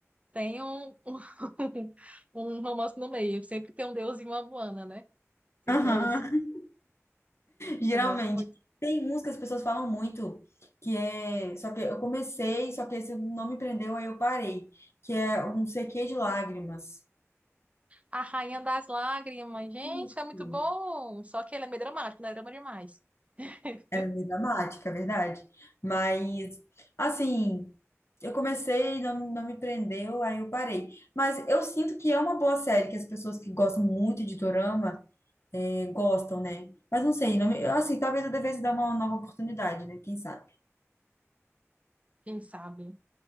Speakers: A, on the right; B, on the left.
A: tem um, um, <laughs> um romance no meio. Sempre tem um deus e uma Moana, né? Sempre
B: Aham.
A: é isso.
B: Geralmente.
A: Eu gosto muito.
B: Tem uns que as pessoas falam muito, que é. Só que eu comecei, só que esse não me prendeu, aí eu parei. Que é um CQ de lágrimas.
A: A Rainha das Lágrimas. Gente,
B: Isso.
A: é muito bom. Só que ele é meio dramático, não é drama demais. <laughs>
B: É meio dramática, é verdade. Mas, assim, eu comecei, não, não me prendeu, aí eu parei. Mas eu sinto que é uma boa série, que as pessoas que gostam muito de dorama eh, gostam, né? Mas não sei, não me- assim, talvez eu devesse dar uma nova oportunidade, né? Quem sabe?
A: Quem sabe?